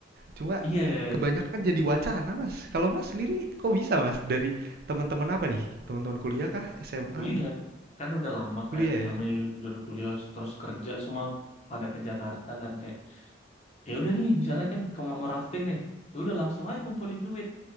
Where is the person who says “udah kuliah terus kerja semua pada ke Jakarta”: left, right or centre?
Left